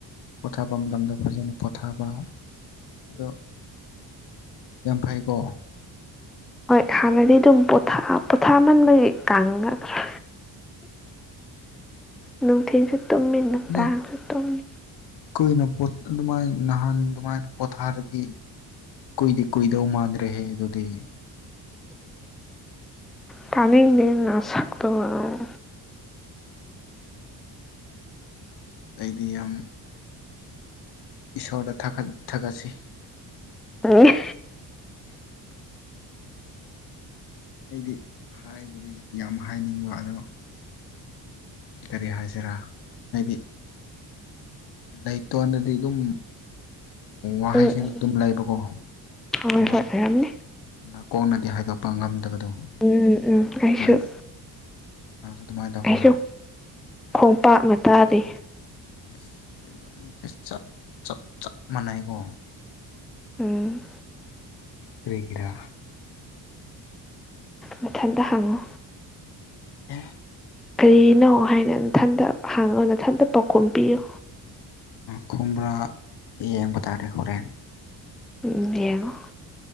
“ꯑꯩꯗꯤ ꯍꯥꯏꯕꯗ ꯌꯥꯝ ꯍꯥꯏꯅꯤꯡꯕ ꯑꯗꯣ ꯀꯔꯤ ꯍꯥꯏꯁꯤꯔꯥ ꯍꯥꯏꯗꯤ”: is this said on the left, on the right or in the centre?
Left